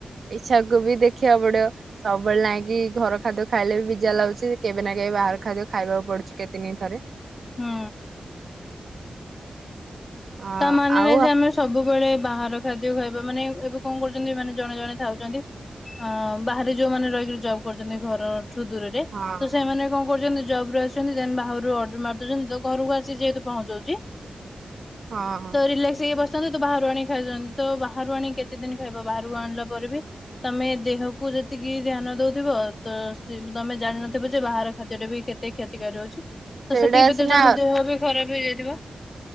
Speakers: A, on the right; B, on the left.
A: ଇଚ୍ଛା କୁ ବି ଦେଖ ଦେଖିବାକୁ ପଡିବ ସବୁବେଳେ ନାଇଁକି ଘର ଖାଦ୍ୟ ଖାଇଲେ ବି ଜା ଲାଗୁଛି କେବେ ନା କେବେ ବାହାର ଖାଦ୍ୟ ଖାଇବାକୁ ପଡୁଛି କେତେ ଦିନ ଥରେ
B: ହୁଁ।
A: ହଁ
B: ତା ମାନେ
A: ଆଉ
B: ନା ଯେ ଆମେ ସବୁବେଳେ ବାହାର ଖାଦ୍ୟ ଖାଇବା ମାନେ ଏବେ କଣ କରୁଛନ୍ତି ମାନେ ଜଣେ ଜଣେ ଥାଉଛନ୍ତି ଅ ବାହାରେ ଯୋଉମାନେ ରହିକରି ଜବ୍ କରୁଛନ୍ତି ଘର ଠୁ ଦୂରରେ ତ
A: ହଁ
B: ସେମାନେ କଣ କରୁଛନ୍ତି। ଜବ ରୁ ଆସୁଛନ୍ତି ଦେନ ବାହରୁ ଅର୍ଡର ମାରିଦଉଛନ୍ତି ତ ଘରକୁ ଆସି ଯେହେତୁ ପହଞ୍ଚାଉଛି
A: ହଁ
B: ତ ରିଲାକ୍ସ ହେଇ ବ ତ ବାହାରୁ ଆଣି ଖାଇଛନ୍ତି ତ ବାହାରୁ ଆଣି କେତେ ଦିନ ଖାଇବ ବାହାରକୁ ଆଣିଲା ପରେ ବି ତମେ ଦେହକୁ ଯେତିକି ଧ୍ୟାନ ଦଉଥିବ ତ ତମେ ଜାଣିନଥିବ ଯେ ବାହାର ଖାଦ୍ୟରେ ବି କେତେ କ୍ଷତିକାରୀ ଅଛି। ତ
A: ସେଇଟା
B: ସେତିକି ଭିତରେ
A: ସିନା
B: ତମ ଦେହ ବି ଖରାପ ହେଇଯାଇ <unintelligible>